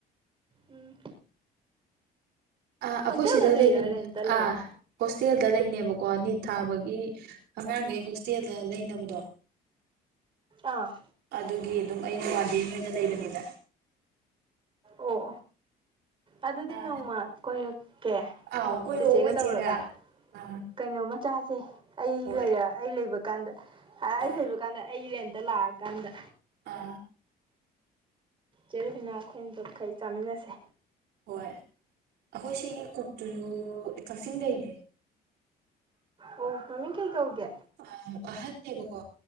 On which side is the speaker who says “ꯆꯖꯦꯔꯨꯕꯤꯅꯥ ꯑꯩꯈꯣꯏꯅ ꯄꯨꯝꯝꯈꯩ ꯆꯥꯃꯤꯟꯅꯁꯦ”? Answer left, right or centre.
Right